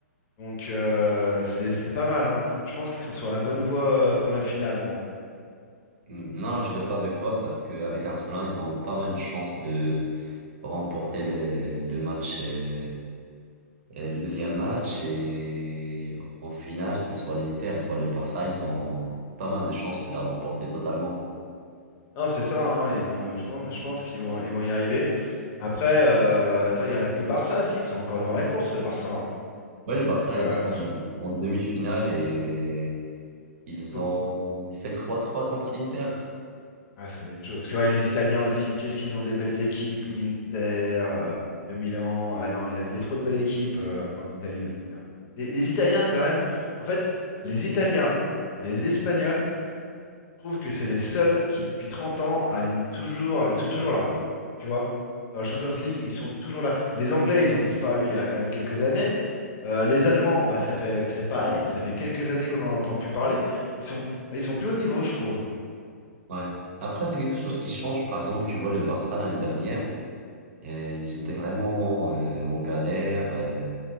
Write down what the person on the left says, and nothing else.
Donc euh, c'est c'est pas mal, hein. Je pense qu'ils sont sur la bonne voie euh, pour la finale, moi.
Non, c'est ça, hein, ils ont, je pense, je pense qu'ils vont, ils vont y arriver. Après, euh, attends, il reste- le Barça, si, ils sont encore dans la course, le Barça. hein.
Donc, euh,
co-
ah, ça va être chaud. Parce que ouais, les Italiens aussi, qu'est-ce qu'ils ont des belles équipes, l'Inter, euh, le Milan. Ah non, il y a, il y a trop de belles équipes euh, en Italie aussi. hein. Et les Italiens, quand même, en fait, les Italiens et les Espagnols, je trouve que c'est les seuls qui, depuis 30 ans, alignent toujours, ils sont toujours là. Tu vois? Dans la Champions League, ils sont toujours là. Les Anglais, ils ont disparu il y a quand même quelques années. Euh, les Allemands, bah ça fait c'est pareil, ça fait quelques années qu'on n'en entend plus parler. Ils sont ils sont plus au niveau, je trouve.